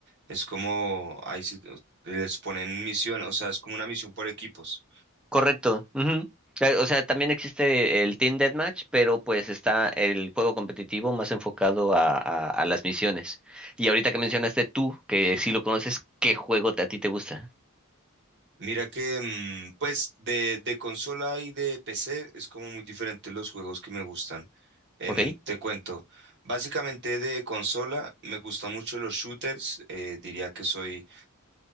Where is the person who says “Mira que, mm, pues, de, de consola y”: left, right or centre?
Right